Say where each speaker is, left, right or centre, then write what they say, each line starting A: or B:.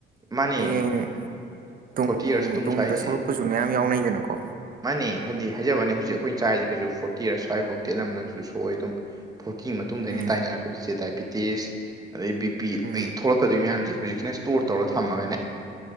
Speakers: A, on the right (about 20°); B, on the right (about 45°).
A: ꯃꯥꯅꯦ
B: ꯍꯌꯦꯡ ꯇꯨꯡ
A: ꯐꯣꯔꯇꯤ ꯌꯔꯁ ꯃꯇꯨꯡ
B: ꯇꯨꯡꯗ
A: ꯁ꯭ꯋꯥꯏꯁꯦ
B: ꯁꯣꯛꯂꯛꯄꯁꯨ ꯃꯌꯥꯝ ꯌꯥꯎꯅꯩꯗꯅꯀꯣ
A: ꯃꯥꯅꯦ ꯍꯥꯏꯗꯤ ꯍꯥꯏꯖꯕꯅꯦ ꯍꯧꯖꯤꯛ ꯑꯩꯈꯣꯏ ꯏ ꯆꯆꯥꯥꯏꯁꯦ ꯀꯩꯁꯨ ꯐꯣꯔꯇꯤ ꯌꯔꯁ ꯁ꯭ꯋꯥꯏꯐꯥꯎꯗꯤꯤ ꯑꯅꯝꯕꯅꯁꯨ ꯁꯣꯏ ꯑꯗꯨꯝ ꯐꯣꯔꯇꯤ ꯃꯇꯨꯡꯗꯅꯤ
B: ꯎꯝ
A: ꯇꯥꯏꯅꯔꯛꯄꯗꯣꯏꯁꯦ ꯗꯥꯏꯕꯤꯇꯤꯁ ꯑꯗꯩ ꯕꯤ ꯄꯤ
B: ꯎꯝ
A: ꯂꯩ ꯊꯣꯛꯂꯛ ꯑꯗꯨꯏ ꯃꯌꯥꯝꯁꯦ ꯍꯧꯖꯤꯛꯁꯤꯅ ꯏꯁꯇꯣꯔ ꯇꯧꯔ ꯊꯝꯃꯒꯅꯦ